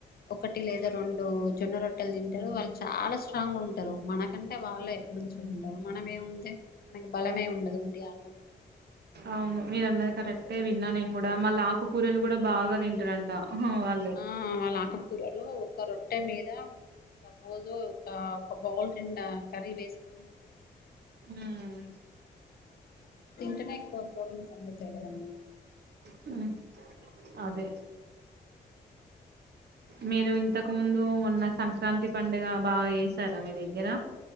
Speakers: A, on the left (about 55°); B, on the right (about 60°).
A: ఒకటి లేదా రెండు జొన్న రొట్టలు తింటారు వాళ్ చాలా స్ట్రాంగ్ ఉంటారు మనకంటే వాళ్ళే మంచిగా ఉంటారు మనం ఏముంది మనకి బలమే ఉండదు ఉట్టిగాన్నాం
B: అవును మీరు అన్నది కరెక్టే విన్నా నేను కూడా మల్ల ఆకుకూరలు కూడా బాగా తింటారంట ఆహా, వాళ్ళు
A: ఆ వాళ్ళు ఆకుకూరలు ఒక్క రొట్టె మీద సపోజ్ ఒక ఒక బౌల్ నిండా కర్రీ వేసుకొని తింటారు.
B: ఉమ్.
A: ఇట్లనే ఎక్కువ ప్రోటీన్స్ అందుతాయి కదా.
B: ఉమ్, అదే. మీరు ఇంతకు ముందు మొన్న సంక్రాంతి పండుగ బాగా ఏసారా మీ దగ్గర